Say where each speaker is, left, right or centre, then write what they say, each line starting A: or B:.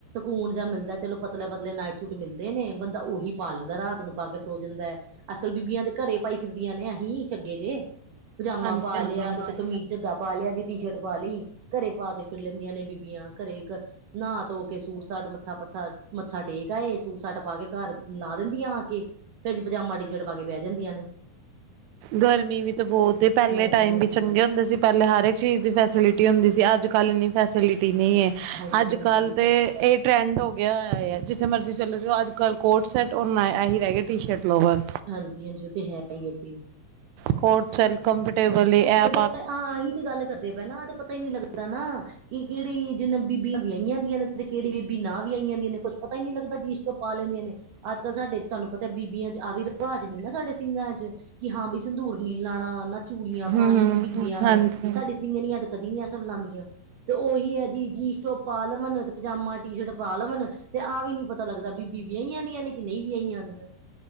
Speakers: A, on the right; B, on the right.
A: ਹੁਣ ਜਾਂ ਮਿਲਦਾ ਚਲੋ ਪਤਲੇ ਪਤਲੇ ਨਾਈਟ ਸੂਟ ਮਿਲਦੇ ਨੇ ਬੰਦਾ ਉਹੀ ਪਾ ਲੈਂਦਾ ਰਾਤ ਨੂੰ ਪਾ ਕੇ ਸੋ ਜਾਂਦਾ ਐ ਅਸਲ ਬੀਬੀਆਂ ਦੇ ਘਰੇ ਪਾਈ ਫਿਰਦੀਆਂ ਨੇ, ਏਹ ਹੀ ਚੱਗੇ ਜੇਹ, ਪਜਾਮਾ
B: ਹਾਂਜੀ
A: ਪਾ ਲੇਆ
B: ਹਾਂਜੀ
A: ਤੇ ਉਤੇ ਕਮੀਜ਼। ਚੱਗਾ ਪਾ ਲਿਆ ਜੀ, ਟੀ ਸ਼ਰਟ ਪਾ ਲਈ, ਘਰੇ ਪਾ ਕੇ ਫਿਰ ਲੈਂਦੀਆਂ ਨੇ ਬੀਬੀਆਂ, ਘਰੇ ਕ ਨਾ ਧੋ ਕੇ, ਸੂਟ ਸਾਟ ਮੱਥਾ ਪੱਥਾ ਮੱਥਾ ਟੇਕ ਆਏ। ਸੂਟ ਸਾਟ ਪਾ ਕੇ ਘਰ ਲਾ ਦਿੰਦੀਆਂ ਆ ਕੇ। ਫੇਰ ਜੀ ਪਜਾਮਾ, ਟੀ ਸ਼ਰਟ ਪਾ ਕੇ ਬਹਿ ਜਾਂਦੀਆਂ ਨੇ।
B: ਗਰਮੀ ਵੀ ਤੇ ਬਹੁਤ ਏ, ਪਹਿਲੇ
A: ਹਾਂਜੀ
B: ਟਾਈਮ
A: ਹਾਂਜੀ
B: ਵੀ ਚੰਗੇ ਹੁੰਦੇ ਸੀ। ਪਹਿਲੇ ਹਰ ਇੱਕ ਚੀਜ਼ ਦੀ ਫੈਸਿਲਿਟੀ ਹੁੰਦੀ ਸੀ। ਅੱਜ ਕੱਲ੍ਹ ਇੰਨੀ ਫੈਸਿਲਿ ਟੀ ਨੀ ਏ,
A: ਹਾਂਜੀ
B: ਅੱਜ
A: ਹਾਂਜੀ
B: ਕੱਲ ਤੇ ਏਹ ਟਰੈਂਡ ਹੋ ਗਿਆ ਹੋਯਾਆ ਏ, ਜਿ ਜਿੱਥੇ ਮਰਜ਼ੀ ਚੱਲ ਜਾਓ, ਅੱਜ ਕੱਲ ਕੋਰਡ ਸੈਟ ਔਰ ਨਾ ਏਹ ਹੀ ਰਹਗੇ ਟੀ ਸ਼ਰਟ। ਲੋਵਰ
A: ਹਾਂਜੀ-ਹਾਂਜੀ ਉਹ ਤੇ ਹੈ ਹੀ ਹੈ ਜੀ।
B: ਕੋਰਡ ਸੇਲ ਕੰਫਰਟੇਬਲ ਏਹ ਆ
A: ਉਹ ਆਹ ਇਹੀ ਤੇ ਗੱਲ ਕਰਦੇ ਪਏ ਨਾ, ਏਹ ਤੇ ਪਤਾ ਹੀ ਨੀ ਲੱਗਦਾ ਨਾ, ਕਿ ਕਿਹੜੀ ਜਿਨ ਬੀ ਬੀਬੀਆਂ ਵੀਆਈਆਂ ਦੀਆਂ ਨੇ, ਤੇ ਕੇੜੀ ਬੀਬੀ ਨਾ ਵੀਆਈਆਂ ਦੀਆਂ ਨੇ, ਕੁੱਛ ਪਤਾ ਈ ਨਈ ਲੱਗਦਾ, ਜਿਨਸ ਟੋਪ ਪਾ ਲੈਂਦੀਆਂ ਨੇ। ਅੱਜ ਕੱਲ੍ਹ ਸਾਡੇ ਤੁਹਾਨੂੰ ਪਤਾ ਏ ਬੀਬੀਆਂ ਚ ਆ ਵੀ ਵਾਜ ਨੀ ਨਾ ਸਾਡੇ ਸਿੰਘਾਂ ਚ, ਕਿ ਹਾਂ ਬਈ ਸੰਦੂਰ ਨੀ ਲਾਣਾ, ਨਾ ਚੂੜੀਆਂ
B: ਹਮ
A: ਪਾਣੀਆਂ, ਨਾ ਬਿੰਦੀਆਂ ਲਾਣੀ,
B: ਹਾਂਜੀ
A: ਸਾਡੀ ਸਿੰਘਣੀਆਂ ਤੇ ਕਦੀ ਨਈ ਏਹ ਸਭ ਲਾਂਦੀਆਂ। ਤੇ ਉਹੀ ਹੈ ਜੀ, ਜੀਸ ਟੋਪ ਪਾ ਲਵਣ, ਤੇ ਪਜਾਮਾ ਟੀ ਸ਼ਰਟ ਪਾ ਲਵਣ, ਤੇ ਆਹ ਵੀ ਨੀ ਪਤਾ ਲੱਗਦਾ ਦਾ ਬੀਬੀ ਵਿਆਹੀਆਂ ਦੀਆਂ ਨੇ, ਕਿ ਨਹੀਂ ਵਿਆਹੀਆਂ ਦੀਆਂ?